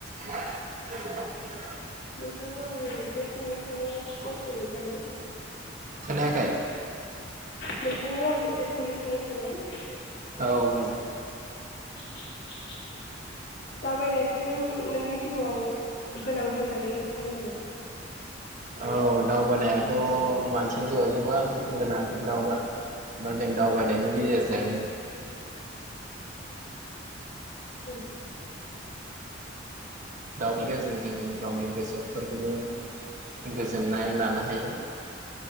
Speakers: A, on the right; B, on the left.
A: <inaudible>
B: नोंथांनाव आङो एसे सोंलु सोंनो खल खालामनाय जादों
A: खोनायाखै
B: नोंथांनाव आं मोनसे सोंलुं सोंनो सानदों
A: औ बुं
B: <inaudible> दावबायनायखौ नों नोंनि जिउआव गोनां होननानै सानो नामा
A: औ दाउबायनाय थ' मानसिनि जिउआव जोबोद गोनां दाउबा बा जों दावबायनायनि गेजेरजों
B: उ
A: दावबायनायजों जोङो गावनि गोसोफोरखौबो गोजोननाय लानो हायो